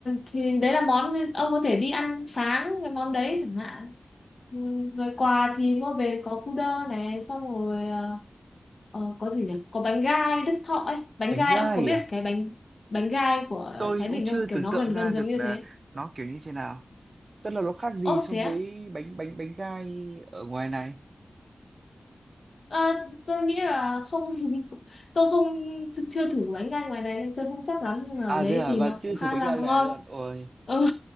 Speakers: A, on the left (about 65°); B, on the right (about 55°).
A: Thì đấy là món ông có thể đi ăn sáng cái món đấy chẳng hạn Ừ, rồi quà thì mua về có cu đơ này xong rồi ờ, ờ, có gì nhỉ có bánh gai Đức Thọ ấy bánh
B: bánh
A: gai
B: gai
A: ông có biết
B: à
A: cái bánh bánh gai của
B: tôi
A: Thái
B: cũng
A: Bình
B: chưa
A: không
B: tưởng
A: kiểu nó
B: tượng
A: gần
B: ra
A: gần giống
B: được
A: như
B: là
A: thế
B: nó kiểu như thế nào tức là nó khác gì
A: ố
B: so
A: thế
B: với
A: á
B: bánh bánh bánh gai ở ngoài này
A: Ờ, tôi nghĩ là không <laughs> tôi không chưa thử bánh gai ngoài này nên tôi không chắc lắm nhưng mà ở
B: à
A: đấy
B: thế à
A: thì
B: bạn
A: nó
B: chưa
A: cũng
B: thử
A: khá
B: bánh
A: là
B: gai
A: ngon
B: này rồi Ôi
A: Ừ.